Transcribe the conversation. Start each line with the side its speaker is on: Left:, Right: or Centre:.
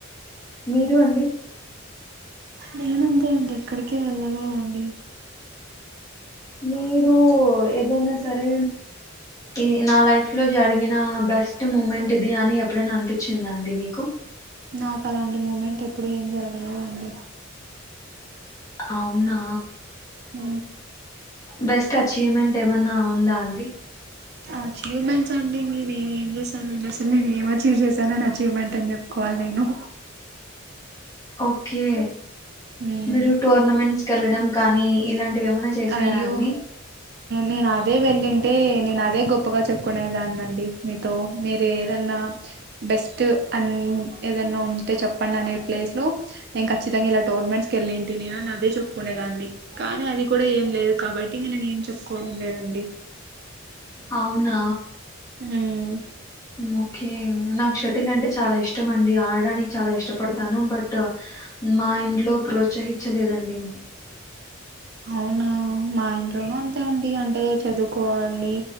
Left: మీరు అండి
Right: నేనుంతే అండి ఎక్కడికే వెళ్ళాల అండి
Left: మీరు ఏదైనా సరే ఇది నా లైఫ్ లో జరిగిన బెస్ట్ మూమెంట్ ఇది అని ఎప్పుడైనా అనిపించిందా అండి మీకు
Right: నాకు అలాంటి మూమెంట్ ఎప్పు ఇప్పుడు ఏం జరగలేదు అండి
Left: అవునా
Right: హ
Left: బెస్ట్ అచీవ్మెంట్ ఏమన్నా ఉందా అండి
Right: అచీవ్మెంట్స్ అంటేం నేను ఏం చేస్తానుండి అసలు నేను ఏం అచీవ్ చేశాను అని అచీవ్మెంట్ అని చెప్పుకోవాలి నేను
Left: ఓకే
Right: ఉమ్
Left: మీరు టోర్నమెంట్స్ క వెళ్లడం కానీ ఇలాంటి వేమన్నా చేశారా
Right: అయ్యో
Left: అండి
Right: నేను అదే వెళ్ళింటే నేను అదే గొప్పగా చెప్పుకునేదాన్ని అండి మీతో మీరు ఏదన్నా బెస్ట్ అ ఏదన్నా ఉంటే చెప్పండి అనే ప్లేస్ లో నేను ఖచ్చితంగా ఇలా టోర్నమెంట్స్ కెళ్ళింటి నేను అని అదే చెప్పుకునేదాన్ని కానీ అది కూడా ఏం లేదు కాబట్టి ఇక నేను ఏం చెప్పును పోడం లేదండి
Left: అవునా
Right: ఉమ్
Left: ఓఖే నాక్షక్షత్ర వాటిల్ అంటే చాలా ఇష్టం అండి ఆడడానికి చాలా ఇష్టపడతాను బట్ మా ఇంట్లో ప్రోత్సహించలేదండి
Right: అవునా మా ఇంట్లోన అంతే అండి అంటే చదువుకోవాలి